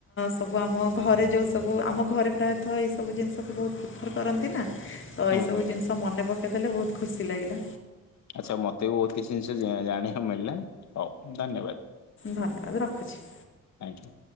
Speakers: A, on the left (about 40°); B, on the left (about 65°).
A: ସବୁ ଆମ ଘରେ ଯେଉଁ ସବୁ ଆମ ଘରେ ପ୍ରାୟତଃ ଏଇସବୁ ଜିନିଷକୁ ବହୁତ ପ୍ରିଫର୍ କରନ୍ତି ନା। ତ ଏଇ
B: ହୁଁ
A: ସବୁ
B: ହୁଁ
A: ଜିନିଷ
B: ହୁଁ
A: ମନେ ପକେଇ ତାେଲେ ବତ ହୁଁ ଖୁସି ଲାଗିଲା।
B: ଆଚଛା ମତେ ବି ବହୁତ କିଛି ଜିନିଷ ଜାଣିବାକୁ ମିଳିଲା ହଉ ଧନ୍ୟବାଦ।
A: ଭଲ ରଖୁଛି।
B: ଆଜ୍ଞା।